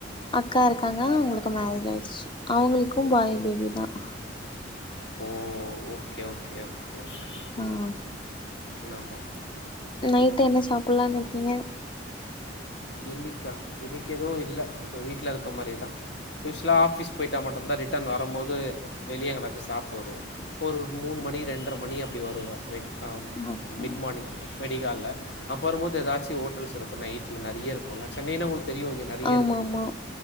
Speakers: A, on the left (about 25°); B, on the left (about 60°).
A: அக்கா இருக்காங்க உங்களுக்கு மேரேஜ் ஆயிடுச்சு அவங்களுக்கும் பாய்பேபி தான்
B: oh okay okay okay okay
A: ஆஹ
B: நமா
A: நைட்டு என்ன சாப்பிடலாம்னு இருக்கீங்க
B: இன்னைக்கா இன்னைக்கு எதுவும் இல்ல வீட்ல இருக்க மாரிதான் யூஸ்லா ஆபீஸ் போயிட்டா மட்டும்தான் ரிட்டன் வரும் போது வெளிய எங்கயாச்சும் சாப்பிட்டு வருவோம் ஒரு மூணு மணி ரெண்டர மணி அப்டி வருவேன் வெடி காலம்
A: ஓகே
B: பிட் மார்னிங் விடிகாலல அப்பற போது ஏதாச்சும் ஹோட்டல்ஸ் இருக்கும் நைட்ல நெறய இருக்கும் சென்னைன்னா உங்களுக்கு தெரியும் நெற நெறயிருக்கு
A: ஆமா ஆமா